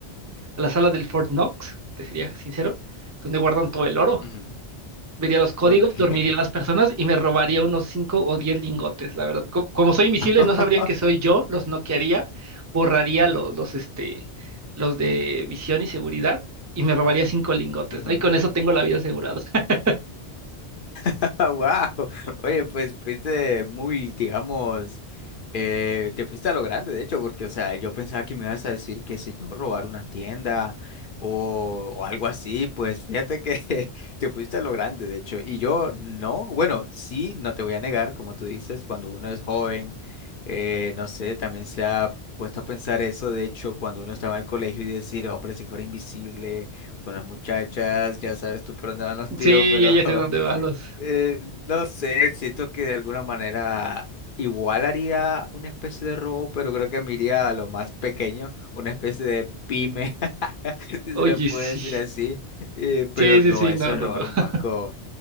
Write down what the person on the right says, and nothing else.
a la sala del Fort Knox, te sería sincero, donde guardan todo el oro.
vería los códigos,
dormiría a las personas y me robaría unos 5 o 10 lingotes, la verdad. Co- Como, soy invisible,
no sabrían que soy yo, los noquearía, borraría lo- los, este, los de visión y seguridad y me robaría cinco lingotes,
¿no? Y con eso tengo la vida asegurada. <laughs>
Sí,
yo ya sé dónde van los.
Oye,
sí.
Sí, sí,
sí,
no,
no,
no.
<laughs>